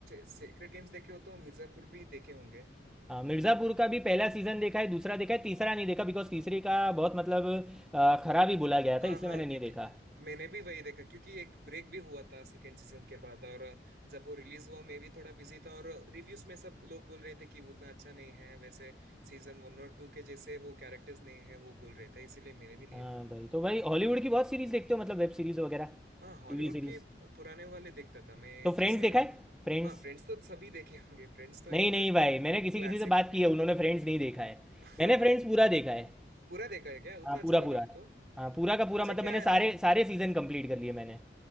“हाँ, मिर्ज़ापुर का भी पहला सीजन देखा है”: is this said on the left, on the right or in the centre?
Centre